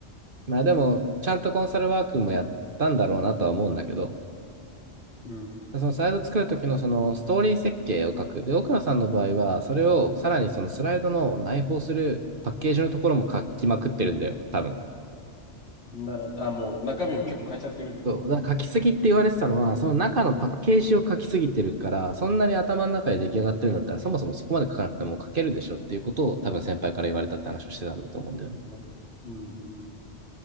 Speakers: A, on the right (about 50°); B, on the left (about 65°).
A: まあでも、ちゃんとコンサルワークもやったんだろうなとは思うんだけど、
B: う
A: そのスライド作るときのそのストーリー設計を書く。で、奥野さんの場合は、それをさらにそのスライドの内包するパッケージのところも書きまくってるんだよ、多分。
B: ん。なるほど。あ、もう中身も結構変えちゃってるってことね
A: そう。だから書きすぎって言われてたのは、その中のパッケージを書きすぎてるから、そんなに頭の中で出来上がってるんだったら、そもそもそこまで書かなくても書けるでしょっていうことを多分先輩から言われたって話をしてたんだと思うんだよね。
B: うんなるほどねうん、
A: だか
B: うん、